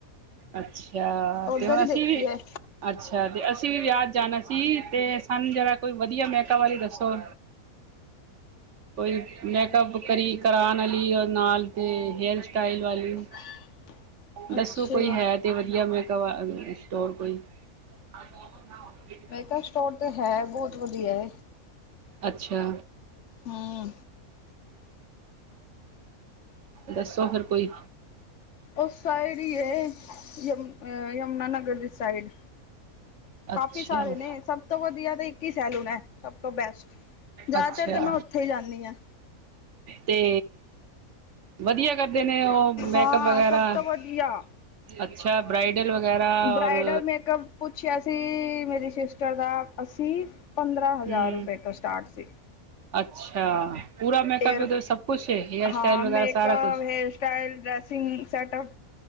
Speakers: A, on the right (about 60°); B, on the left (about 60°).
A: ਅੱਛਾ,
B: ਉੱਧਰ
A: ਤੇ ਹੁਣ
B: ਹੀ
A: ਅਸੀ
B: ਦੇਖੀ ਹੈ
A: ਅੱਛਾ ਤੇ, ਅਸੀਂ ਵੀ ਵਿਆਹ ਜਾਣਾ ਸੀ, ਤੇ ਸਾਨੂੰ ਜਰਾ ਕੋਈ ਵਧੀਆ ਮੇਕਅੱਪ ਵਾਲੀ ਦੱਸੋ। ਕੋਈ ਮੇਕਅਪ ਕਰੀ -ਕਰਾਉਣ ਵਾਲੀ, ਨਾਲ ਤੇ ਹੇਅਰ ਸਟਾਈਲ ਵਾਲੀ।
B: <inaudible>
A: ਦੱਸੋ,
B: ਅੱਛਾ
A: ਕੋਈ ਹੈ ਤੇ ਵਧੀਆ ਮੇਕਅੱਪ ਵਾ, ਸਟੋਰ ਕੋਈ? <unintelligible>
B: ਮੇਕਅੱਪ ਸਟੋਰ ਤਾਂ ਹੈ, ਬਹੁਤ ਵਧੀਆ।
A: ਅੱਛਾ।
B: ਹਾਂ।
A: ਦੱਸੋ ਫੇਰ ਕੋਈ
B: ਉਸ ਸਾਈਡ ਹੀ ਹੈ ਯਮੁ ਯਮੁਨਾਨਗਰ ਦੀ ਸਾਈਡ।
A: ਅੱਛਾ
B: ਕਾਫੀ ਸਾਰੇ ਨੇ ਸਭ ਤੋਂ ਵਧੀਆ ਤਾਂ ਇੱਕ ਸੈਲੂਨ ਹੈ ਸਭ ਤੋਂ ਬੈਸਟ ਜ਼ਿਆਦਾਤਰ
A: ਅੱਛਾ
B: ਤਾਂ ਮੈਂ ਉੱਥੇ ਹੀ ਜਾਂਦੀ ਹਾਂ।
A: ਤੇ ਵਧੀਆ ਕਰਦੇ ਨੇ ਉਹ ਮੇਕਅਪ
B: ਹਾਂ
A: ਵਗੈਰਾ।
B: ਸਭ ਤੋਂ ਵਧੀਆ
A: ਅੱਛਾ ਬਰਾਾਈਡਲ ਵਗੈਰਾ
B: ਬ੍ਰਾਈਡਲ
A: ਔਰ।
B: ਮੇਕਅਪ ਪੁੱਛਿਆ ਸੀ ਮੇਰੀ ਸਿਸਟਰ ਦਾ ਅਸੀਂ ਪੰਦਰਾਂ
A: ਹਮ
B: ਹਜ਼ਾਰ ਰੁਪਏ ਤੋਂ ਸਟਾਰਟ ਸੀ।
A: ਅੱਛਾ। ਪੂਰਾ ਮੇਕਅਪ
B: ਏਅਰ
A: ਸਭ ਕੁਛ ਹੈ ਹੇਅਰ ਸਟਾਈਲ
B: ਹਾਂ ਮੇਕਅਪ
A: ਵਗੈਰਾ ਸਾਰਾ ਕੁਛ।
B: ਹੇਅਰ ਸਟਾਈਲ ਡਰੈਸਿੰਗ ਸੈਟਅਪ